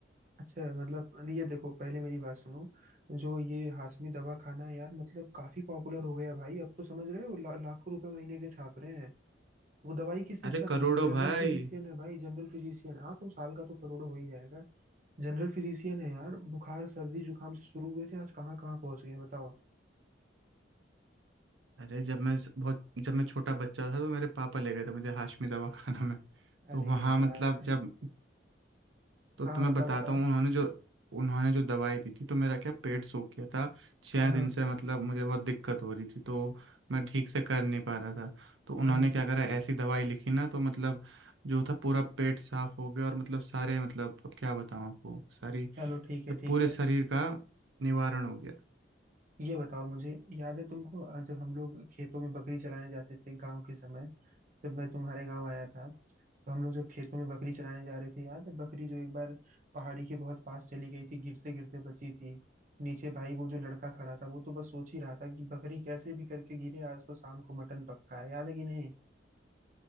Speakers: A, on the right; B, on the right.
A: अच्छा मतलब ये देखो पहले मेरी बात सुनो जो ये हाशमी दवा खाना है यार मतलब काफी पॉपुलर हो गया भाई अब तो समझ रहे हो ला, लाखों रुपए महीने के छाप रहे हैं वो दवाई किस चीज
B: अरे
A: का दे
B: करोड़ों
A: रहे हैं जनरल
B: भाई
A: फिजिशियन है भाई जनरल फिजिशियन हाँ तो साल का तो करोड़ों हो ही जाएगा जनरल फिजिशियन है यार बुखार सर्दी जुकाम से शुरू हुए थे आज कहाँ कहाँ पहुंच गए हैं, बताओ
B: अरे जब मैं बहुत जब मैं छोटा बच्चा था तो मेरे पापा ले गए थे मुझे हाशमी दवाखाना <laughs> में
A: अरे
B: तो वहाँ
A: यार
B: मतलब जब तो
A: हाँ
B: तुम्हें
A: हाँ बताओ
B: बताता
A: बताओ
B: हूँ उन्होंने जो उन्होंने जो दवाई दी थी तो मेरा क्या पेट सूख गया था छः
A: हाँ हाँ
B: दिन से मतलब मुझे बहुत दिक्कत हो रही थी तो मैं ठीक से कर नहीं पा रहा था तो उन्होंने
A: हाँ हाँ
B: क्या करा ऐसी दवाई लिखी ना तो मतलब जो था पूरा पेट साफ हो गया और मतलब सारे मतलब अब क्या बताऊँ आपको सारी
A: चलो ठीक
B: मतलब
A: है ठीक
B: पूरे
A: है
B: शरीर का निवारण हो गया
A: ये बताओ मुझे याद है तुमको अ, जब हम लोग खेतों में बकरी चराने जाते थे गाँव के समय जब मैं तुम्हारे गांव आया था तो हम लोग जब खेतों में बकरी चराने जा रहे थे याद है बकरी जो एक बार पहाड़ी के बहुत पास चली गई थी गिरते गिरते बची थी नीचे भाई वो जो लड़का खड़ा था वो तो बस सोच ही रहा था कि बकरी कैसे भी करके गिरे आज तो शाम को मटन पक्का है याद है कि नहीं